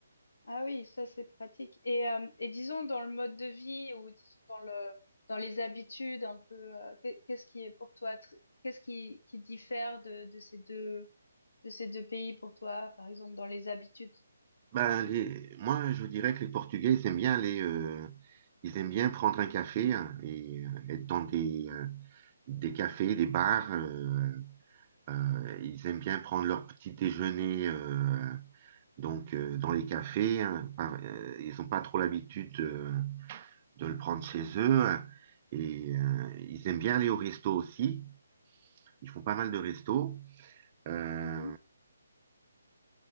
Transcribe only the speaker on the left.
Ah oui, ça c'est pratique. Et, euh, et disons dans le mode de vie ou disons dans le, dans les habitudes un peu, euh, qu'est- qu'est-ce qui est pour toi, tr- qu'est-ce qui, qui diffère de, de ces deux, de ces deux pays pour toi, par exemple dans les habitudes?
Mhm.
Mhm.